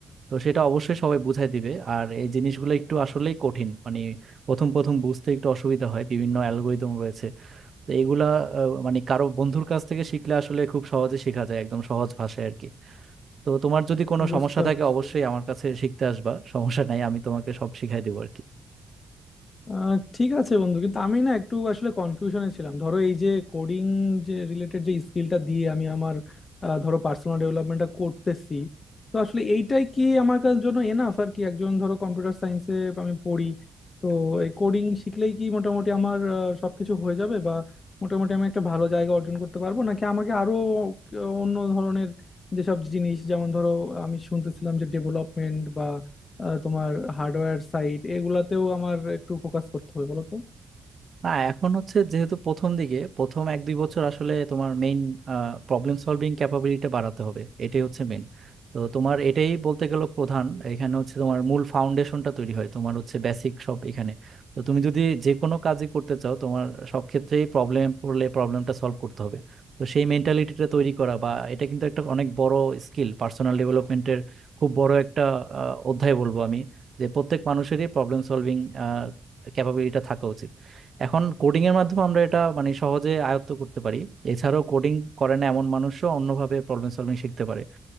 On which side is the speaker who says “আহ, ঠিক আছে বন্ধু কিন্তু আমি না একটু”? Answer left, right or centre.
Left